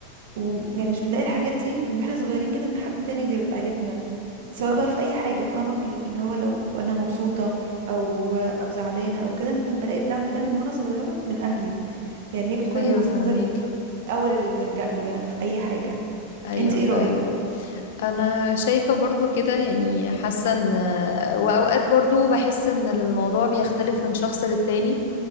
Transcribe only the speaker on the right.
ويعني مش بنلاقي الحاجات دي من واحنا صغيرين كده من حد تاني غير عيلتنا سواء بقى في اي حاجه فاهمه في ال- اللي هو لو انا مبسوطه او او زعلانه او كده انا بلاقي الدعم ده من وانا صغيره من اهلي يعني هي بتكون
المصدر
الاول اللي بنلجأ له يعني في اي حاجه
انت ايه
رأيك برضو